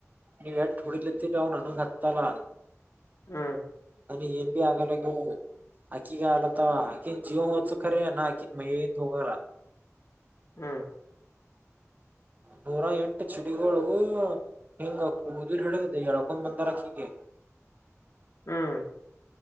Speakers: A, on the right; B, on the left.
A: ನೀವು್ ಎಟ್ <unintelligible> ಡಿಲಿತ್ತರ ನ ಅವನು ಹತ್ತಲ್ಲ <unintelligible>
B: ಹ್ಮ
A: ನಮಗೆ ಹಿಂದೆ ಆಗಲಾಗಿದ್ರಿ ಹಕ್ಕಿಗ ಅಲ್ಲ ತ ಆಕಿನ್ ಜೀವ ಹದು ಖರ ನ ಆಕಿನ್ ಮತ್ ಹೋಗಲ್ಲ
B: ಹ್ಮ್
A: ನೂರ ಎಂಟು ಚಡಿಗಳು ಹಿಂಗ ಕುದಲ್ ಹಿಡದ ಎಳ್ಕೊಂದ್ ಬಂದಾರ ಅಕ್ಕಿಗೆ.
B: ಹ ಹ್ಮ್